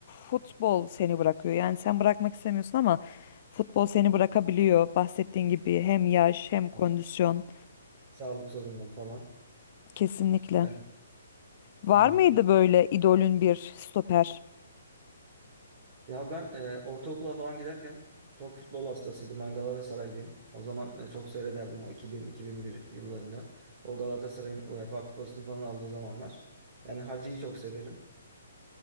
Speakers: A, on the left (about 45°); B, on the right (about 40°).
A: futbol seni bırakıyor. Yani sen bırakmak istemiyorsun ama futbol seni bırakabiliyor. Bahsettiğin gibi hem yaş hem
B: Evet.
A: kondisyon.
B: Sağlık sorunları falan.
A: Kesinlikle.
B: Evet,
A: Var
B: aynen.
A: mıydı böyle idolün bir stoper?
B: Ya ben e, ortaokula falan giderken çok futbol hastasıydım. Ben Galatasaraylıyım. O zaman e, çok seyrederdim o 2000-2001 yıllarında. O Galatasaray'ın UEFA Kupası'nı falan aldığı zamanlar. Yani Hacı'yı çok severim.